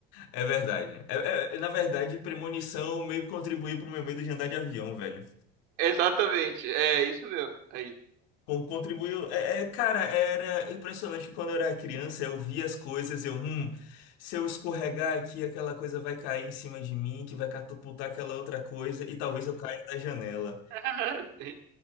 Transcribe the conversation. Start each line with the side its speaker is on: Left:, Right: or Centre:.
Left: É verdade. É- é- na verdade, Premonição meio que contribuiu pro meu medo de andar de avião, velho.
Right: Exatamente, é isso mesmo. Aí.
Left: Con- Contribuiu. É, é, cara, era impressionante que quando eu era criança, eu via as coisas, eu, hum, se eu escorregar aqui, aquela coisa vai cair em cima de mim, que vai catapultar aquela outra coisa, e talvez eu caia da janela.
Right: <laughs>